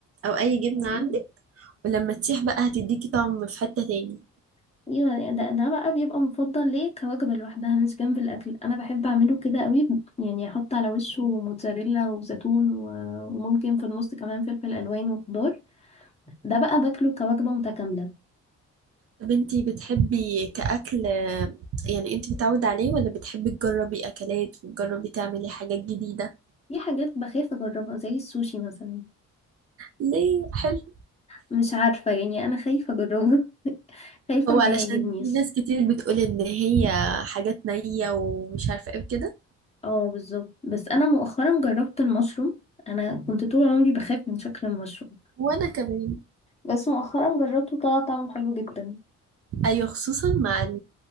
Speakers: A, on the right; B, on the left.
A: او اي جبنة
B: مم.
A: عندك ولما تسيح بقى هتديكي طعم في حتة تاني
B: <laughs> ايوه ده ده بقى بيبقى مفضل ليه كوجبة لوحدها مش جنب الاكل انا بحب اعمله كده قوي يعني احط على وشه موتزاريلا وزيتون و- وممكن في النص كمان فلفل الوان وخضار ده بقى باكله كوجبة متكاملة
A: طب انتي بتحبي كأكل يعني انتي متعودة عليه ولا بتحبي تجربي أكلات وتجربي تعملي حاجات جديدة؟
B: في حاجات بخاف اجربها زي السوشي مثلا
A: ليه حلو
B: مش عارفة يعني انا خايفة اجربه <laughs> خايفة
A: هو
B: ما
A: علشان
B: يعجبنيش
A: في ناس كتير بتقول إن هي حاجات نية ومش عارفة ايه كده
B: اه بالظبط بس انا مؤخرا جربت المشروم انا كنت طول عمري بخاف من شكل المشروم
A: وأنا كمان
B: بس مؤخرا جربته طلع طعمه حلو جدا
A: أيوة خصوصا مع